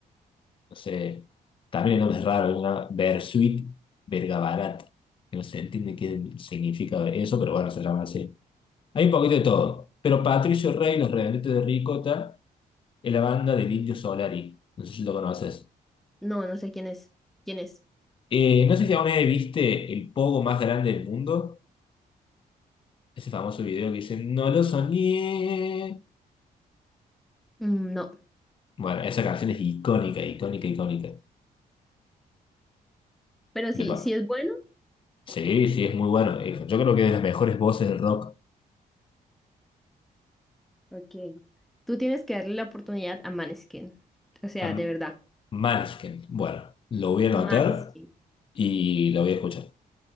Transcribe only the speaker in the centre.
No, no sé quién es. ¿Quién es?
Mm, no.
Pero sí,
sí es bueno.
Ok. Tú tienes que darle la oportunidad a Maneskin. O sea,
de verdad.
Maneskin.